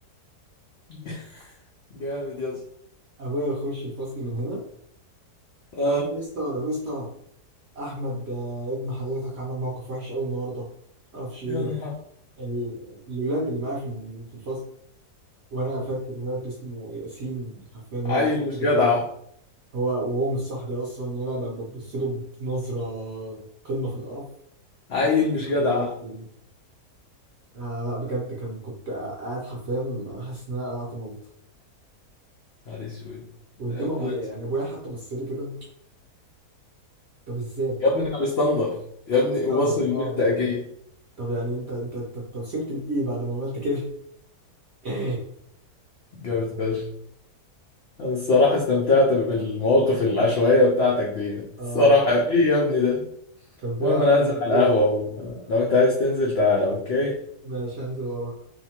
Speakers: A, on the left; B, on the right.
A: <laughs> جامد يا اسطى
B: ابويا يخش الفصل من هنا
A: اه
B: اه مستر مستر احمد آه، ابن حضرتك عمل موقف وحش قوي النهارده معرفش ايه
A: يا نهار
B: ال- الولاد اللي معايا في ال- في الفصل وانا فاكر ولد اسمه ياسين حرفيا هو
A: عيل
B: اللي
A: مش
B: كده
A: جدع
B: فينا هو وهو مش صاحبي اصلا وانا ب- ببص له بنظره قمه في القرف
A: عيل
B: هو
A: مش
B: حق
A: جدع
B: الوقت يعني آه لا بجد كان كنت قاعد حرفيا انا حاسس ان انا قلعت ملط
A: نهار اسود
B: وقدام
A: يا نهار
B: ابويا
A: اسود
B: يعني ابويا حتى بص لي كده طب ازاي؟
A: يا ابني ده مستنضف يا ابني
B: طب استنبط
A: وبص للبنت
B: اه
A: اكيد
B: طب يعني انت انت انت أنت وصلت لايه بعد ما عملت كده؟ <laughs>
A: جامد فشخ انا الصراحه استمتعت بالمواقف العشوائيه بتاعتك دي الصراحه
B: اه
A: ايه يا ابني ده
B: كان في
A: المهم
B: اكتر
A: انا
B: من
A: هنزل على
B: كده
A: القهوه ولو انت عايز تنزل تعالى اوكي
B: ماشي هنزل وراك